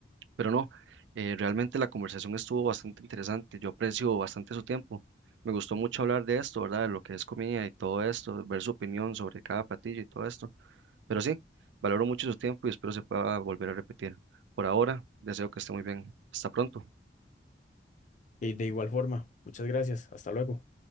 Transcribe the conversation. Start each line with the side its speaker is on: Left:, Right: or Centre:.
Right: Pero no, eh, realmente la conversación estuvo bastante interesante. Yo aprecio bastante su tiempo. Me gustó mucho hablar de esto, ¿verdad? De lo que es comida y todo esto, ver su opinión sobre cada platillo y todo esto. Pero sí, valoro mucho su tiempo y espero se pueda volver a repetir. Por ahora, deseo que esté muy bien. Hasta pronto.
Left: Y de igual forma, muchas gracias. Hasta luego.